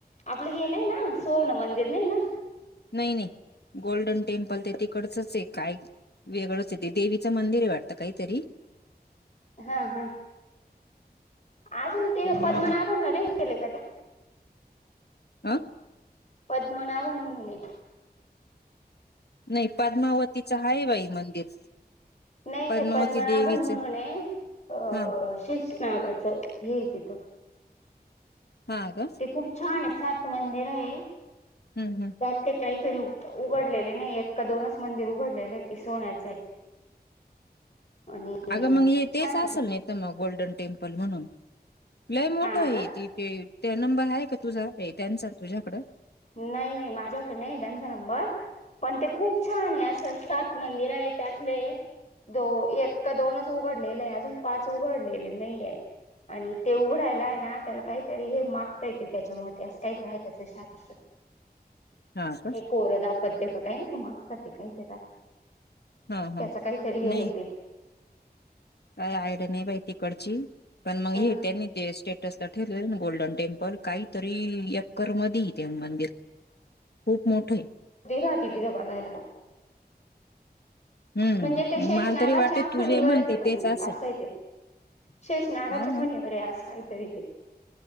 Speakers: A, on the left; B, on the left.
A: आपलं हे नाही ना सुवर्ण मंदिर नही ना.
B: नही नही गोल्डन टेम्पल ते तिकडच ए काय? वेगळंचहेेते देवीचं मंदिरे वाटतं काहीतरी
A: हा हा अजून ति पद्म
B: मध्ये
A: नाभन ला नाही केलेय का त्या
B: आ.
A: पद्मनाभन म्हणून एक
B: नही पद्मावतीचं हाय बाई मंदिर
A: नही
B: पद्मावती
A: हे पद्मनाभन
B: देवीचं
A: म्हणून हे अ
B: हा
A: शेषनागाचं हे ये तिथं.
B: हा का?
A: ते खूप छान आहे सात मंदिर हे.
B: हम् हम.
A: ते काहीतरी उघडलेले नाही एक का दोनच मंदिर उघडलेले ते सोन्याच. आणि
B: अगं
A: छान
B: मग हे तेच असल
A: आहे ते
B: नही त मग गोल्डन टेम्पल म्हणून लय मोठं
A: हा
B: हे
A: का
B: त. ते त्या नंबर आहे का तुझा हे त्यांचा तुझ्याकडं.
A: नाही नाही माझ्याकडे नाही त्यांचा नंबर पण ते खूप छान आहे असं सात मंदिर आहे त्यातले ए. दो एक का दोनच उघडलेले आहे अजून पाच उघडलेले नाहीहे. आणि ते उघडायला हे ना त्याला काहीतरी हे मागता येते त्याच्यामुळे असं काहीतरी आहे त्याच श.
B: हा का
A: हे कोरदा पत ते का काही नाही का मास्तातात ते काहीतरी राह
B: हा
A: त्याचा
B: हा
A: काहीतरी हे
B: नाही
A: य तेे
B: काय आयड्या नाही बाई तिकडची पण मंग हे
A: अ
B: त्यांनी देश टेटसला ठेवले ना गोल्डन टेम्पल काहीतरी यकर मधी ते मंदिर खूप मोठए.
A: ते राहते <unintelligible> तिथं बघायला.
B: हम्म
A: म्हणजे ते शेष
B: मग मला
A: नागाच्या
B: तरी वाटते तुझे
A: फणीवर
B: म्हणती
A: ते मंदिर
B: तेच असेल
A: असंय ते. शेष नागाच्या
B: ह हा
A: फणीवर ए आस काहीतरी ते.